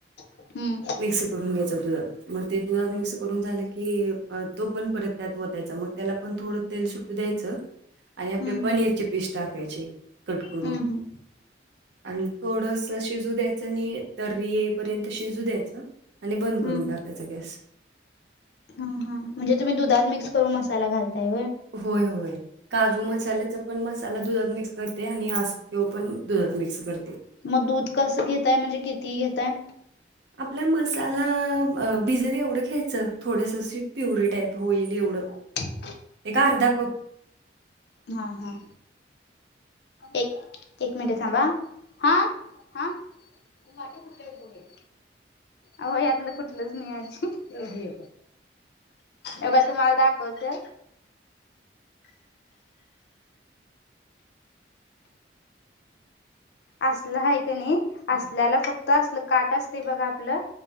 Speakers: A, on the left; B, on the right.
A: हम्म
B: मिक्स करून घ्याचातलं जात. मग ते जुध मिक्स करून झालं की तो पण परत त्यात वतायचा मग त्याला पण थोडं. तेल सुटू द्यायचं आणि आपले
A: हम्म
B: पनीरचे पीस टाकायचे कट करून
A: हम्म हम्म
B: आणि थोडस शिजू द्यायचं नाही द येपर्यंत शिजू द्यायचं. आणि बंद
A: हम्म
B: करून टाकायचा गॅस.
A: हा हा म्हणजे तुम्ही दुधात मिकस करून मसाला घालताय.
B: होय होय. काजू मसाल्याचा पण मसाला दुधात मिक्स करते आणि आस् तेव पण दुधात मिक्स करते.
A: मग दूध कसं घेतताय म्हणजे किती घेतय.
B: आपल्या मसाला भिजल एवढं घ्यायचं थोडस प्युरी टाईप होईल एवढं.
A: ह.
B: ते घरदा को
A: हा हां. एक एक मिनटे थांबा हा हा. वाटे फुठले बोे अ यातलं कुठलंच नाही आजी एव तुम्हाला दाखवते. असलं ह का नाही असल्याला फक्त असल काट असते बघा आपलं.